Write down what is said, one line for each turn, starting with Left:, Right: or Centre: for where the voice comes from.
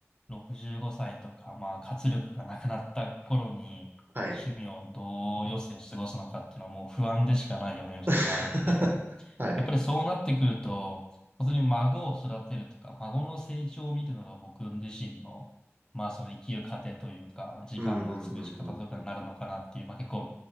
Left: 65歳とか、まあ活力がなくなった頃に趣味をどう余生を過ごすのかっていうのはもう不安でしかないような要素でもあるので、
Right: はい。<laughs>
Left: や
Right: はい。
Left: っぱりそうなってくると、本当に孫を育てるとか、孫の成長を見るのが僕自身の、まあその生きる過程というか、時間の潰し方とかになるのかなっていう、
Right: うん、うん、うん、うん。うん
Left: まあ結構